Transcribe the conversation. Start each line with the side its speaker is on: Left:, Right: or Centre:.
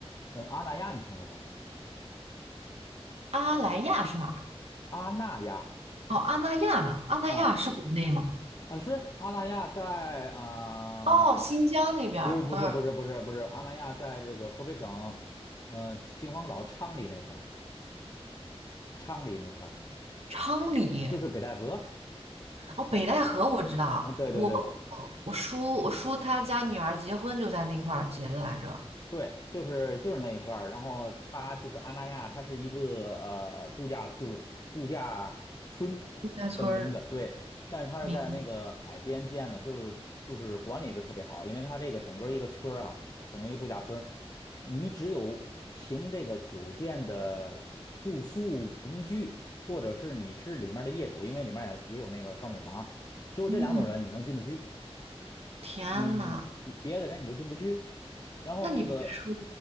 Left: 嗯，阿那亚，你听说过吗？
Right: 阿莱亚是哪儿啊？
Left: 阿那亚。
Right: 哦，阿那亚，阿那亚是国内吗？
Left: 啊，啊，是阿那亚在啊、
Right: 哦，
Left: 呃
Right: 新疆那边儿不是
Left: 不，不是，不是，不是，不是，阿那亚在这个河北省，嗯，秦皇岛昌黎那块儿，昌黎那块儿
Right: 昌黎，
Left: 就是北戴河，
Right: 哦，北戴河我知道，
Left: 嗯、对对对，
Right: 我我我叔我叔他家女儿结婚就在那块儿结的来着，
Left: 对，就是就是那一块儿，然后它就是阿那亚，它是一个呃度假，就是度假村
Right: 陆家村儿。
Left: 的名字，对，但是它是在那个海边建的，
Right: 明
Left: 就是就是管理的特别好，因为它这个整个一个村儿啊，整个一个度假村，你只有凭这个酒店的住宿平居，或者是你是里面的业主，因为里面也也有那个商品房，只有这两种人你能进得去。
Right: 嗯，天呐，
Left: 你别别的人你都进不去。然后那个，
Right: 那你别说，